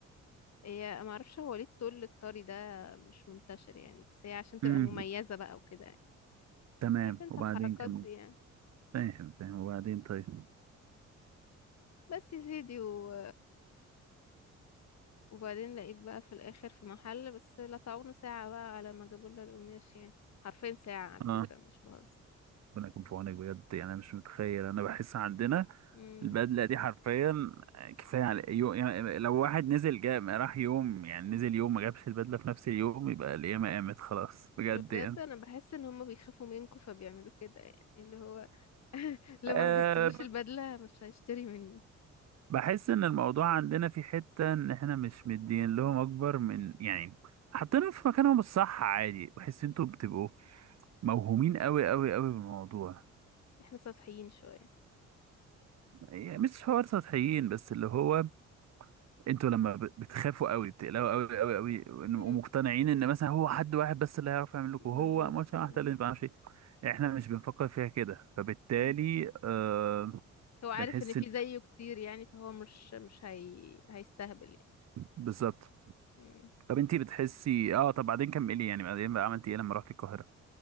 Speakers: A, on the left; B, on the right.
A: هي ما اعرفش هو ليه التول الطري ده مش منتشر يعني بس هي عشان تبقى
B: امم
A: مميزه بقى وكده يعني
B: تمام
A: عارف انت
B: وبعدين
A: الحركات
B: كمل
A: دي يعني
B: فاهم فاهم وبعدين طيب
A: بس يا سيدي و وبعدين لقيت بقى في الاخر في محل بس لا تعونا ساعة بقى على ما جابوا لنا القماش يعني حرفين ساعة على
B: اه
A: فكرة مش بهزر
B: ربنا يكون في عونك بجد يعني انا مش متخيل انا بحس عندنا
A: امم
B: البدله دي حرفيا كفايه على يو... يعني لو واحد نزل جا راح يوم يعني نزل يوم ما جابش البدله في نفس اليوم يبقى القيامه قامت خلاص بجد
A: بجد
B: يعني
A: انا بحس ان هما بيخافوا منكم فبيعملوا كده يعني اللي هو لما
B: آه
A: ما جبتلوش البدلة مش هيشتري مني
B: بحس ان الموضوع عندنا في حتة ان احنا مش مدين لهم اكبر من يعني حاطينهم في مكانهم الصح عادي بحس انتوا بتبقوا موهومين قوي قوي قوي بالموضوع
A: احنا سطحيين شوية
B: يعني مش حوار سطحيين بس اللي هو انتوا لما ب- بتخافوا قوي بتقلقوا قوي قوي قوي
A: امم
B: ومقتنعين ان مثلا هو حد واحد بس اللي هيعرف يعمل لكم هو
A: بالظبط
B: ماتش واحد
A: امم
B: اللي ما بيعرفش إيه. احنا مش بنفكر فيها كده فبالتالي
A: أمم.
B: آه
A: هو عارف
B: بنحس
A: ان في
B: إن-
A: زيه كتير يعني فهو مش مش هي... هيستهبل يعني
B: بالظبط
A: امم
B: طب انتي بتحسي اه طب بعدين كملي يعني بعدين بقى عملتي ايه لما رحتي القاهرة